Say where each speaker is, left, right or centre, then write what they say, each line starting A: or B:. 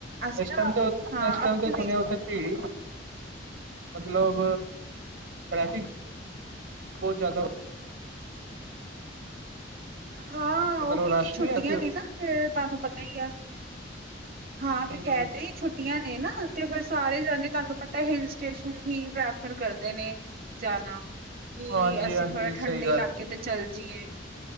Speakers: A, on the right; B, on the right.
A: ਅਸੀਂ
B: ਏਸ
A: ਨਾ
B: ਟੇਮ ਤੇ,
A: ਹਾਂ
B: ਏਸ ਟੇਮ
A: ਆਪਣੇ
B: ਤੇ ਸੁਣਿਆ
A: ਵੀ
B: ਓਥੇ ਭੀੜ ਮਤਲਬ ਟ੍ਰੈਫਿਕ ਬੋਤ ਜਾਦਾ
A: ਹਾਂ
B: ਮਤਲਬ
A: ਓ ਕਿਉਕੀ
B: ਰਸ਼
A: ਛੁੱਟੀਆਂ
B: ਨਹੀਂ ਹੈ ਸੀ ਉੱਥੇ
A: ਨੇ ਨਾ ਫੇਰ ਤੁਹਾਨੂੰ ਪਤਾ ਹੀ ਆ। ਹਾਂ ਮੈਂ
B: ਹੂੰ
A: ਕੇਹ ਤੇ ਛੁੱਟ ਟੀਆ ਨੇ ਨਾ ਤੇ ਫਿਰ ਸਾਰੇ ਜਾਂਦੇ ਤੁਹਾਨੂੰ ਪਤਾ ਹਿਲ ਸਟੇਸ਼ਨ ਹੀ ਪ੍ਰੈਫਰ ਕਰਦੇ ਨੇ। ਜਾਣਾ ਕਿ
B: ਹਾਂਜੀ
A: ਅਸੀਂ
B: ਹਾਂਜੀ
A: ਥੋੜਾ
B: ਸਹੀ
A: ਠੰਡੇ
B: ਗੱਲ
A: ਇਲਾਕੇ ਤੇ ਚੱਲ ਜਾਈਏ।